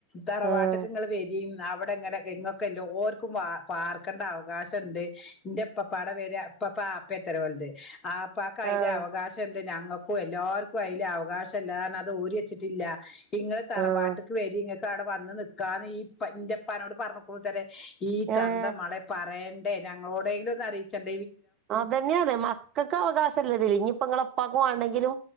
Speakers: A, on the left; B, on the right.
A: തറവാട്ടിക്ക്
B: ആഹ്
A: ഇങ്ങള് വരിം ന്നാ ഇവിടെ ഇങ്ങനെ ഇങ്ങക്ക് എല്ലാർക്കും വ പ പാർക്കണ്ടാവും അവകാശണ്ട് ഇന്റെ ഇപ്പപ്പാടെ പേര് ഇപ്പപ്പാ അപ്പ ആത്രേ ഒലത് ആപ്പാക്ക് അതില്
B: ആഹ്
A: അവകാശം ഉണ്ട് ഞങ്ങക്കും എല്ലാർക്കും അതിൽ അവകാശണ്ടന്ന് പറഞ് അത് ഒരി വെച്ചിട്ടില്ല ഇങ്ങള് തറവാട്ടക്ക്
B: ആഹ്
A: വേരി ഇങ്ങക്ക് അവിടെ വന്ന് നിക്കാന്ന് ഈ ഇപ്പ ന്റെപ്പാനോട് പറഞ്ഞക്ക്ണത്രേ ഈ തന്ത
B: ഏഹ്
A: മളെ പറയേണ്ടേ ഞങ്ങളോടെങ്കിലും ഒന്ന് അറിയിക്കണ്ടേ
B: അതന്നെയാണ് മക്കൾക്ക് അവകാശ ഇല്ലതി ഇനിയിപ്പ ഇങ്ങളെ ഉപ്പാക്ക് വേണ്ടങ്കിലും